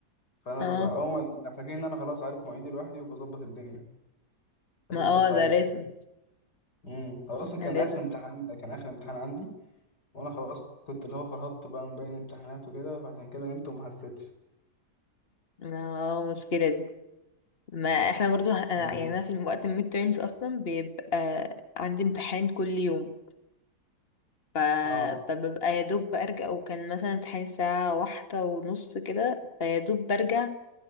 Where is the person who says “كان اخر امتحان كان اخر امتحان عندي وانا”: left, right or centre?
Left